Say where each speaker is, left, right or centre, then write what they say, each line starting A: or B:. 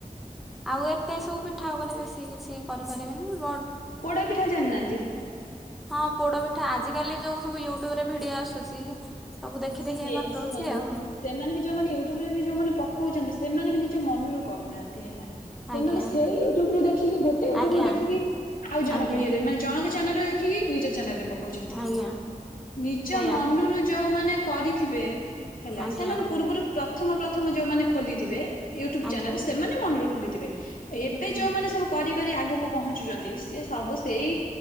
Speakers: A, in the centre; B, on the left.
A: ଆଉ ଏତେ ସବୁ ପିଠା ଉପରେ ବେଶୀ କିଛି କରିପାରିବେନି ବ
B: ପୋଡ ପିଠା ଜାଣିନାହାନ୍ତି?
A: ହଁ ପୋଡ ପିଠା ଆଜିିକାଲି ଯୋଉ ସବୁ ୟୁଟ୍ୟୁବ ରେ ଭିଡିଓ ଆସୁଛି। ସବୁ ଦେଖି
B: ସିଏ
A: ଦେଖିଆ କରିଦଉଛି
B: ଶୁଣନ୍ତୁ
A: ଆଉ।
B: ସେମାନେ ବି ଯୋଉମାନେ ୟୁଟ୍ୟୁବ ରେ ବି ଯୋଉମାନେ ପକଉଛନ୍ତି ସେମାନେ ବି ନିଜ ମନରୁ କରୁନାହାନ୍ତି ହେଲା। ସେମାନେ
A: ଆଜ୍ଞା
B: ସେଇ ୟୁଟ୍ୟୁବୁ ଦେଖିକି ଗୋଟେ ୟୁଟ୍ୟୁବ
A: ଆଜ୍ଞା
B: ରୁ ଦେଖିକି ଆଉ ଜଣଙ୍କ
A: ଆଜ୍ଞା
B: ଇଏରେ ମାନେ ଜଣଙ୍କ ଚ୍ୟାନେଲ୍ ଦେଖିକି ନିଜ ଚ୍ୟାନେଲରେ ପଉଛନ୍ତି
A: ଆଜ୍ଞା
B: ନିଜ
A: ସେଇଆ
B: ମନରୁ ଯୋଉମାନେ। କରିଥିବେ। ହେଲା
A: ଆଜ୍ଞା
B: ସେମାନେ ପୂର୍ବରୁ ପ୍ରଥମ ପ୍ରଥମ ଯୋଉମାନେ ଖୋଲିଥିବେ ୟୁଟ୍ୟୁବ
A: ଆଜ୍ଞା
B: ଚ୍ୟାନେଲ। ମାନେ ମନରୁ ଖୋଲିଥିବେ ଏବେ
A: ହୁଁ
B: ଯୋଉମାନେ ସବୁ କରି କରି ଆଗକୁ ପହଞ୍ଚୁଛନ୍ତି ସି ସବୁ ସେଇ